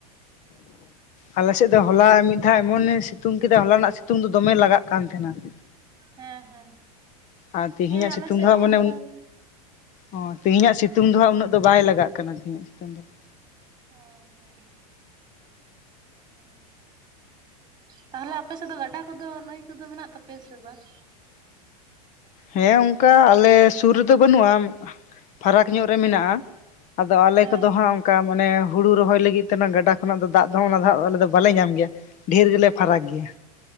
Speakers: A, on the left; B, on the right.
A: ᱟᱞᱮ ᱥᱮᱫ ᱫᱚ ᱦᱚᱞᱟ ᱢᱤᱫ ᱫᱷᱟᱶ ᱮᱢᱚᱱᱮ ᱥᱤᱛᱩᱝ ᱠᱮᱫᱟ, ᱦᱚᱞᱟ ᱱᱟᱜ ᱥᱤᱛᱩᱝ ᱫᱚ ᱫᱚᱢᱮ ᱞᱟᱜᱟᱜ ᱠᱟᱱ ᱛᱟᱦᱮᱸᱱᱟ ᱾
B: ᱦᱮᱸ ᱦᱮᱸ᱾
A: ᱟᱨ ᱛᱮᱦᱤᱧᱟᱜ
B: ᱦᱮᱸ
A: ᱥᱤᱛᱩᱝ
B: ᱟᱞᱮ ᱥᱮᱫ
A: ᱫᱚ ᱦᱟᱸᱜ
B: ᱦᱚᱸ
A: ᱢᱟᱱᱮ
B: ᱚᱱᱠᱟ ᱜᱮ
A: ᱚ ᱛᱮᱦᱮᱧᱟᱜ ᱥᱤᱛᱩᱝ ᱫᱚ ᱦᱟᱸᱜ ᱩᱱᱟᱹᱜ ᱫᱚ ᱵᱟᱭ ᱞᱟᱜᱟᱜ ᱠᱟᱱᱟ, ᱛᱮᱦᱤᱧᱟᱜ ᱥᱤᱛᱩᱝ ᱫᱚ ᱾
B: ᱦᱚ ᱦᱚ ᱦᱚ ᱦᱚ ᱾ ᱛᱟᱦᱚᱞᱮ ᱟᱯᱮ ᱥᱮᱫ ᱫᱚ ᱜᱟᱰᱟ ᱠᱚᱫᱚ, ᱱᱟᱹᱭ ᱠᱚᱫᱚ ᱢᱮᱱᱟᱜ ᱛᱟᱯᱮᱭᱟ ᱥᱮ ᱵᱟᱝ?
A: ᱦᱮᱸ ᱚᱱᱠᱟ ᱟᱞᱮ ᱥᱩᱨ ᱨᱮᱫᱚ ᱵᱟᱹᱱᱩᱜᱼᱟ, ᱯᱷᱟᱨᱟᱠ ᱧᱚᱜ ᱨᱮ ᱢᱮᱱᱟᱜᱼᱟ ᱾ ᱟᱫᱚ ᱟᱞᱮ
B: ᱦᱮᱸ
A: ᱠᱚᱫᱚ
B: ᱦᱮᱸ
A: ᱦᱟᱸᱜ ᱚᱱᱠᱟ ᱢᱟᱱᱮ ᱦᱩᱲᱩ ᱨᱚᱦᱚᱭ ᱞᱟᱹᱜᱤᱫ ᱛᱮ ᱚᱱᱟ ᱜᱟᱰᱟ ᱠᱷᱚᱱᱟᱜ ᱫᱚ ᱫᱟᱜ ᱫᱚ ᱚᱱᱟ ᱫᱚ ᱟᱞᱮ ᱫᱚ ᱵᱟᱞᱮ ᱧᱟᱢ ᱜᱮᱭᱟ᱾ ᱰᱷᱮᱨ ᱜᱮᱞᱮ ᱯᱷᱟᱨᱟᱠ ᱜᱮᱭᱟ᱾